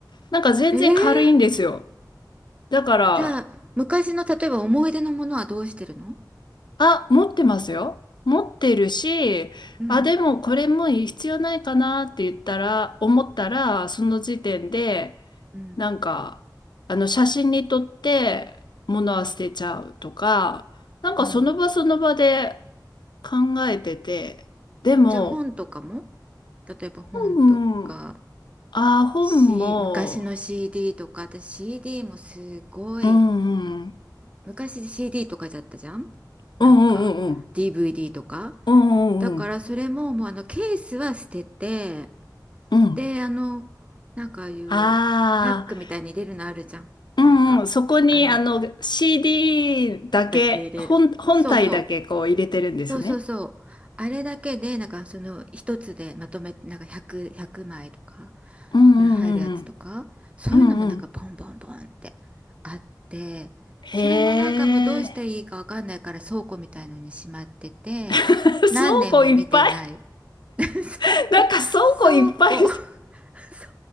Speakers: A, on the left; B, on the right.
A: なんか全然軽いんですよ。
B: ええ
A: だから、
B: じゃあ、昔の、例えば思い出のものはどうしてるの
A: あ、持ってますよ。持ってるし、
B: うん、
A: あ、でもこれも必要ないかなって言ったら、思ったら、その時点で、
B: うん、
A: なんか、あの、写真に撮って物は捨てちゃうとか、なんかその場その場で
B: うん。
A: 考えてて、でも、
B: じゃあ本とかも例えば本とか、
A: うんああ、本も、
B: し、昔の CD とか、私 CD もすごい、
A: うんうん、
B: 昔 CD とかじゃったじゃんなんか
A: うんうんうん、
B: DVD とか
A: うんうんうん、
B: だからそれももうあのケースは捨てて
A: うん。
B: であのなんかああいうパックみたいに入れるのあるじゃんなんかあの
A: ああ、うんうん、そこにあの CD だけ、
B: だけ入れるそうそう
A: 本、本体だけこう入れてるんですね。
B: そうそうそう。あれだけで、なんかその一つでまとめ、なんか100、枚とか
A: うんうんうん
B: ぐらい入るやつとか、そういうのもなんかポンポンポンってあって、
A: うん、うんうん。
B: それもなんかもうどうしたらいいかわかんないから倉庫みたいのにしまってて、
A: へえ、<laughs> 倉
B: 何年も見てない。
A: 庫いっぱい、
B: <laughs> 倉庫、
A: <laughs> なんか倉庫いっぱい、
B: 倉庫。<laughs> そう